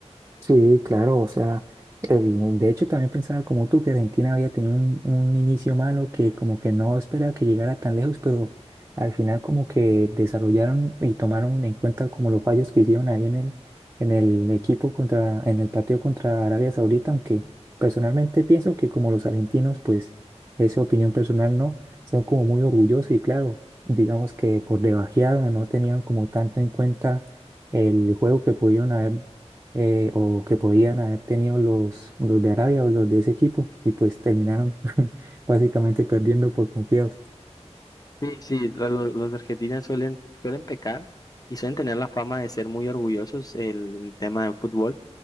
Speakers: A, on the right; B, on the left.
A: Sí, claro, o sea, el- de hecho también pensaba como tú que Argentina había tenido un, un inicio malo que como que no esperaba que llegara tan lejos, pero al final como que desarrollaron y tomaron en cuenta como los fallos que hicieron ahí en el, en el equipo contra, en el partido contra Arabia Saudita, aunque personalmente pienso que como los argentinos, pues esa opinión personal no, son como muy orgullosos y claro, digamos que por debajearon o no tenían como tanto en cuenta el juego que pudieron haber eh, o que podían haber tenido los, los de Arabia o los de ese equipo y pues terminaron <laughs> básicamente perdiendo por confiados.
B: Sí, sí, lo- lo- los argentinos suelen, suelen pecar y suelen tener la fama de ser muy orgullosos el tema de fútbol.